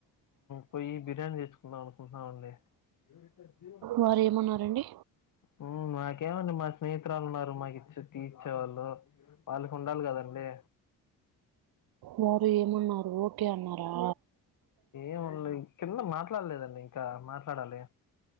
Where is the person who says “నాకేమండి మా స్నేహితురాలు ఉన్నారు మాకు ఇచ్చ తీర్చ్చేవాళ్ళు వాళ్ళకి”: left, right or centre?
Left